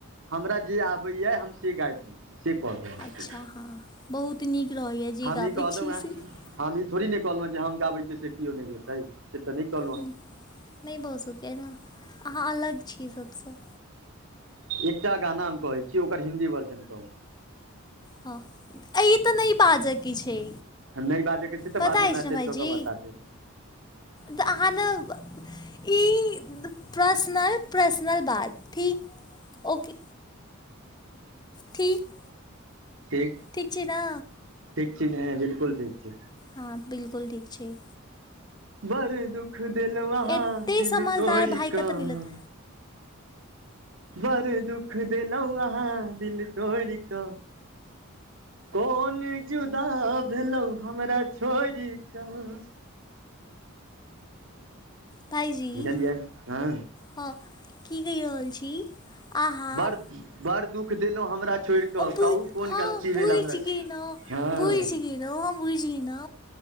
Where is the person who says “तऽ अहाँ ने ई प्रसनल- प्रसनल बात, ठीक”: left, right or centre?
Left